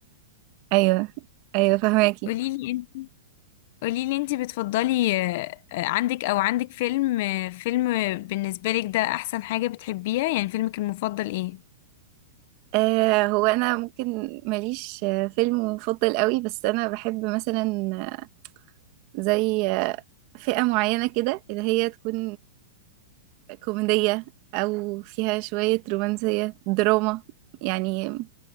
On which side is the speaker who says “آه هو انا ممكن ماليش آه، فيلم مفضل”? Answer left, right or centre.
Right